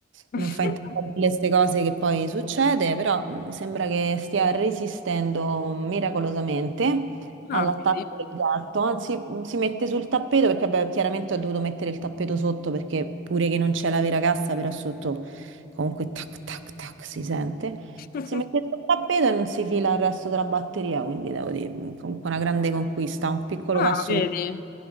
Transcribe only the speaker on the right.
non fa intravedere queste cose che poi succede, però mm, sembra che stia resistendo miracolosamente all'attacco
del gatto, anzi mh, si mette sul tappeto perché vabbè, chiaramente ho dovuto mettere il tappeto sotto perché pure che non c'è la vera cassa, però sotto comunque tac tac tac si sente.
Si mette sul tappeto e non si fila il resto della batteria, quindi devo dire mh, comunque una grande conquista, un piccolo
passo
per...